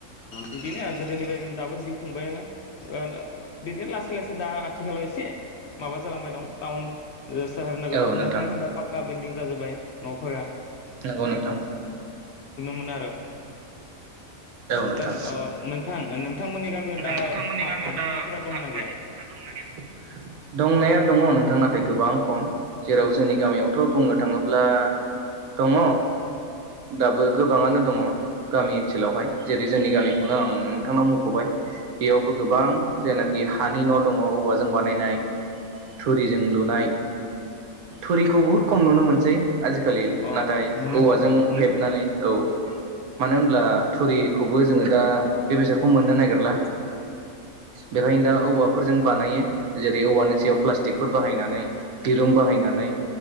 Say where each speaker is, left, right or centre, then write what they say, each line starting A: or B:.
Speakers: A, on the left; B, on the right.
A: बिदिनो गोदोनि बायदि दाबो जिउ खुंबायनो बिदिनो लासै लासै दा आथिखालाव एसे माबा जालांबाय दं टाउन सहोर नोगोराव
B: औ नोंथां
A: थानायफ्रानो दा फाख खा बिल्दिं जाजोब्बाय न फोरा।
B: नंगौ नोंथां औ
A: मोनो आरो
B: नोंथां
A: दा
B: नोंथां
A: नोंथां नोंथांमोननि गामियाव दा
B: नोंथांमोननि गामियाव
A: हानि
B: दा
A: न'फोरा दंना
B: हा-हानि
A: गैया
B: न फोरा दंना गैया दंनाया दङ नोंथां नाथाय गोबां खम जेराव जोंनि गामियावथ बुंनो थाङोब्ला दङ दाबो गोबाङानो दङ गामि ओनसोलावहाय जेरै जोंनि गामिखौनो आं नोंथांनाव मुखबाय बेयावबो गोबां जेनाखि हानि न दङ औवाजों बानायनाय थुरिजों लुनाय थुरिखौ बुहुद खम नुनो मोनसै आजिखालि नाथाय
A: अ मोननो
B: औवाजों
A: थांला
B: हेबनानै औ। मानो होनब्ला थुरिखौबो जोङो दा बे बेसादखौ मोननो नागिरला बेखायनो दा औवाफोरजों बानायो जेरै औवानि सायाव प्लास्टिकफोर बाहायनानै दिरुं बाहायनानै